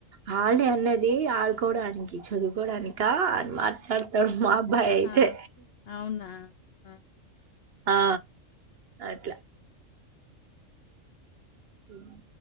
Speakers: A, on the right; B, on the left.
A: హాలిడే అన్నది ఆడుకోవడానికి చదువుకోవడాని కా అని మాట్లాడతడు మా అబ్బాయి అయితే
B: ఆ అవునా ఆ
A: ఆ అట్లా అట్లా